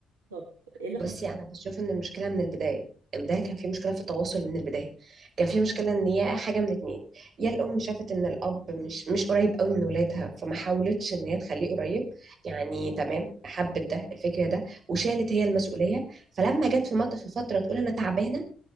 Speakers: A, on the right; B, on the right.
A: طب ايه اللي
B: بصي
A: حصل
B: انا بشوف ان المشكله من البدايه امبارح كان في مشكله في التواصل من البدايه كان في مشكله ان هي حاجه من اتنين يا الام شافت ان الاب مش مش قريب قوي من ولادها فما حاولتش ان هي تخليه قريب يعني تمام حبت ده الفكره ده وشالت هي المسؤوليه فلما جت في مط- في فتره تقول انا تعبانه